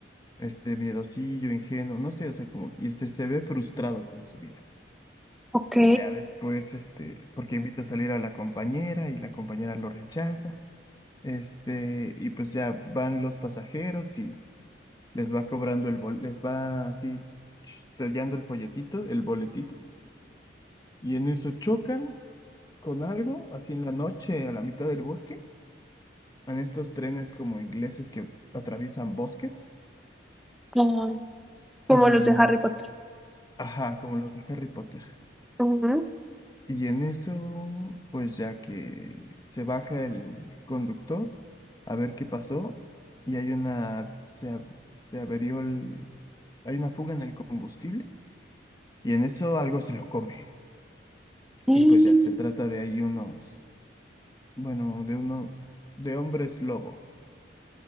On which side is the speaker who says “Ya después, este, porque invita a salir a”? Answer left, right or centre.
Left